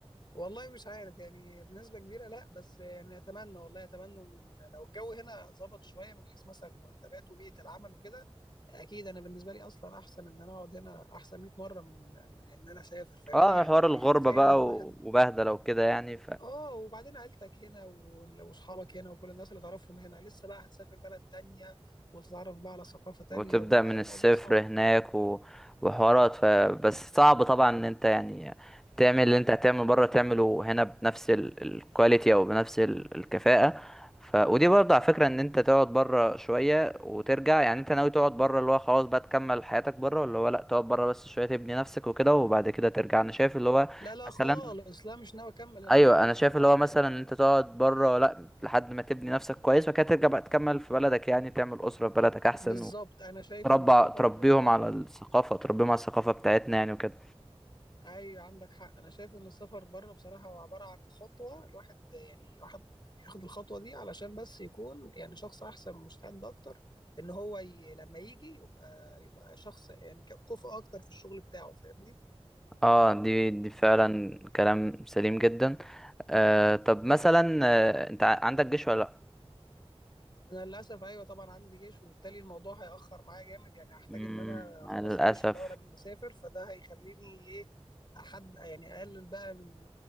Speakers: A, on the left; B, in the centre.
A: والله مش عارف يعني بنسبة كبيرة لا بس يعني أتمنى والله أتمنى إن ال- لو الجو هنا ظبط شوية من حيث مثلا المرتبات وبيئة العمل وكده أكيد أنا بالنسبة لي أصلا أحسن إن أنا أقعد هنا أحسن 100 مرة من من إن أنا أسافر فاهمني
B: اه حوار الغربة
A: كفاية
B: بقى
A: إن الواحد
B: و- وبهدلة وكده يعني
A: آه آه، وبعدين عيلتك هنا ول- وأصحابك هنا وكل الناس اللي تعرفهم هنا لسه بقى هتسافر بلد تانية وتتعرف بقى على ثقافة تانية
B: وتبدأ
A: ولا
B: من
A: الموضوع
B: الصفر
A: صعب أوي
B: هناك و... وحوارات ف... بس صعب طبعا ان انت يعني تعمل اللي انت هتعمله بره تعمله هنا بنفس ال- الكواليتي او بنفس ال- الكفاءة ف... ودي برضه على فكرة ان انت تقعد بره شوية وترجع يعني انت ناوي تقعد بره اللي هو خلاص بقى تكمل حياتك بره ولا هو لا تقعد بره بس شوية تبني نفسك وكده وبعد كده ترجع انا شايف اللي هو
A: لا لا
B: مثلا
A: خالص لا مش ناوي أكمل هناك
B: ايوه
A: خالص
B: انا شايف
A: بصراحة
B: اللي هو مثلا
A: يعني
B: ان انت تقعد بره لا لحد ما تبني نفسك كويس وبعد كده ترجع بقى تكمل في بلدك يعني تعمل أسرة في بلدك احسن
A: بالظبط انا شايف
B: تربى
A: ان السفر
B: تربيهم
A: بره
B: على الثقافة تربيهم على الثقافة بتاعتنا يعني وكده
A: ايوه عندك حق انا شايف ان السفر بره بصراحه هو عباره عن خطوه الواحد يعني واحد ياخد الخطوه دي علشان بس يكون يعني شخص احسن ومستعد اكتر ان هو ي... لما يجي يبقى يبقى شخص يعني ك- كفء اكتر في الشغل بتاعه فاهمني
B: اه دي دي فعلا كلام سليم جدا آه طب مثلا آه انت ع- عندك جيش ولا لا
A: انا للاسف ايوه طبعا عندي جيش وبالتالي الموضوع هياخر معايا جامد يعني هحتاج
B: مم
A: ان انا
B: مع
A: اخلص
B: للأسف
A: الجيش في الاول قبل ما اسافر فده هيخليني ايه حد يعني اقلل بقى من